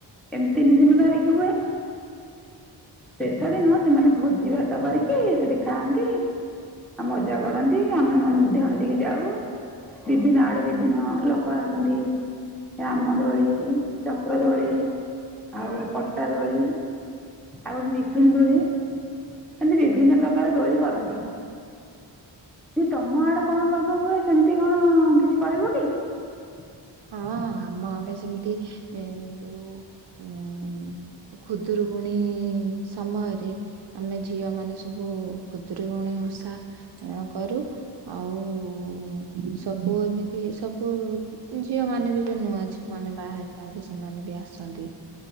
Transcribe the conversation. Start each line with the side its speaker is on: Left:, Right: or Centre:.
Centre: ଏମିତି ତିନି ଦିନ ଧରିକି ହୁଏ ଶେଷ ଦିନ ସେମାନେ ଭୋଜି ଭାତ କରିକି ସେଠି ଖାଆନ୍ତି ଆଉ ମଜା କରନ୍ତି। ଆମେ ମଧ୍ୟ ହେଠିକି ଯାଉ। ବିଭିନ୍ନ ଆଡୁ ବିଭିନ୍ନ ଲୋକ ଆସନ୍ତି ରାମଦୋଳି, ଚକ୍ରଦୋଳି ଆଉ ପଟ୍ଟାଦୋଳି ଆଉ ନିଶୂନ ଦୋଳି, ଏମିତି ବିଭିନ୍ନ ପ୍ରକାର ଦୋଳି କରନ୍ତି। ଯେ ତମ ଆଡେ କଣ ପର୍ବ ହୁଏ ସେମିତି କଣ କିଛି କହିବ କି? <inaudible>
Right: ହଁ ଆମ ଆଡେ ସେମିତି ଯୋଉ ଉମ୍ ଖୁଦୁରୁକୁଣି ଏଇ ସମୟରେ ଆମେ ଝିଅ ମାନେ ସବୁ ଖୁଦୁରୁକୁଣୀ ଓଷା କରି ଚୁ। ଆଉ ସବୁ ଏମିତି ସବୁ ଝିଅ ମାନେ ବି ଯୋଉ ନୂଆ ଝିଅମାନେ ବାହାହେଇ ଥାନ୍ତି ସେମାନେ ବି ଆସନ୍ତି